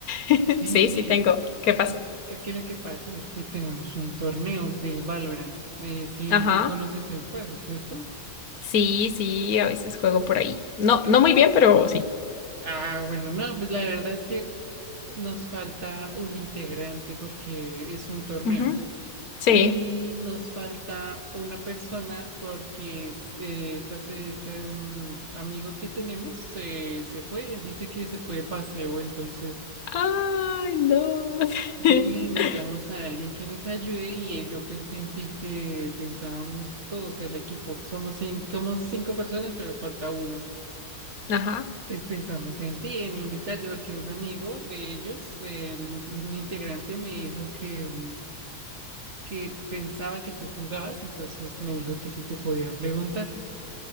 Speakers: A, on the left; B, on the right.
A: <laughs>
B: Sí,
A: Sí,
B: sí,
A: sí tengo. ¿Qué pasó?
B: es, es que lo que pasa es que tenemos un torneo de Valorant. Eh, sí,
A: Ajá.
B: sí conoces el juego, ¿cierto?
A: Sí, sí, a veces juego por ahí. No,
B: Ya.
A: no muy bien, pero sí.
B: Ah, bueno, no, pues la verdad es que nos falta un integrante porque es un torneo.
A: Ujú, Sí.
B: Y nos falta una persona porque es, eh, esta se- este mm, amigo que tenemos se, se fue, dice que se fue de paseo, entonces
A: Ay, no. <laughs>
B: sí, necesitamos a alguien que nos ayude y eh, yo pensé en ti que pensábamos todos el equipo, somos cinco, somos cinco personas pero falta uno.
A: Ajá.
B: Entonces pensamos en ti, en invitarte, porque un amigo de ellos, eh, un un integrante me dijo que... mm, que pensaba que tú jugabas, entonces me dijo que sí te podía preguntar.